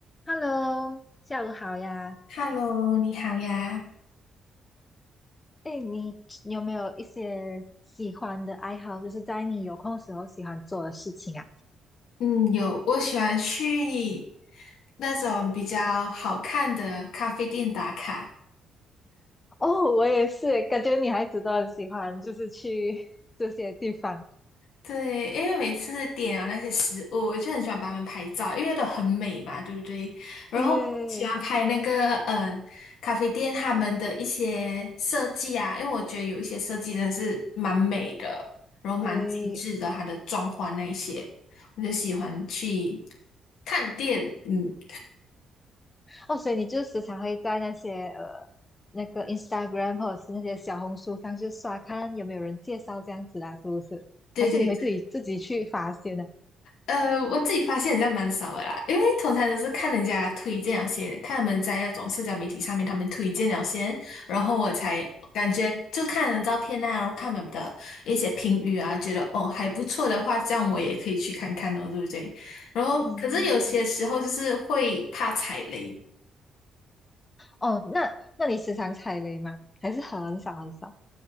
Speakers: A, on the left; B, on the left.
A: Hello，下午好呀。
B: Hello，你好呀。
A: 哎，你有没有一些喜欢的爱好，就是在你有空的时候喜欢做的事情啊？
B: 嗯，有，我喜欢去那种比较好看的咖啡店打卡。
A: 哦，我也是，感觉女孩子都很喜欢，就是去 <laughs> 这些地方。
B: 对，因为每次点了那些食物，我就很喜欢把他们拍照，因为都很美嘛，对不对？然后喜欢拍那个嗯咖啡店他们的一些设计啊，
A: 对
B: 因为我觉得有一些设计真的是蛮美的，然后蛮精致的，
A: 对，
B: 它的装潢那一些，我就喜欢去探店。嗯，
A: 哦，所以你就时常会在那些呃那个 Instagram 或者是那些小红书上去刷，看有没有人介绍这样子啦，是不是？
B: 对对对。
A: 还是你会自己自己去发现呢？
B: 呃，我自己发现人家蛮少的啦，因为通常都是看人家推荐了些，看他们在那种社交媒体上面他们推荐了先，然后我才感觉就看人照片啊，然后看他们的一些评语啊，觉得哦还不错的话，这样我也可以去看看哦，对不对？然后可是有些时候就是会怕踩雷，
A: 嗯，哦，那那你时常踩雷吗？还是很少很少？